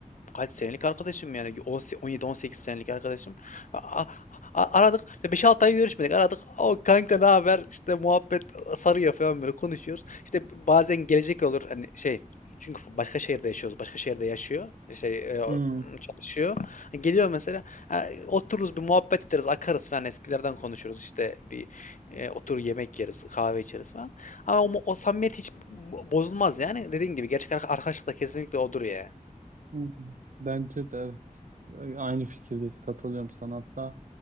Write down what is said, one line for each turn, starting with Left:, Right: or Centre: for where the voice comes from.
Left: kaç senelik arkadaşım yani 17-18 senelik arkadaşım. A- a- a- aradık işte beş altı ay görüşmedik aradık. O kanka ne haber işte muhabbet sarıyor falan böyle konuşuyoruz. İşte bazen gelecek olur hani şey çünkü başka şehirde yaşıyoruz. Başka şehirde yaşıyor. e, Şey e,
Right: Hmm,
Left: çalışıyor. Geliyor mesela. ha, otururuz bir muhabbet ederiz. Akarız falan eskilerden konuşuruz. işte bir e, otur yemek yeriz. Kahve içeriz falan. Ama o, mu- o samimiyet hiç bo- bozulmaz yani. Dediğin gibi gerçek arka- arkadaşlık da kesinlikle odur ya.
Right: hmm. bence de evet. Ee, Aynı fikirdeyiz. Katılıyorum sana. Hatta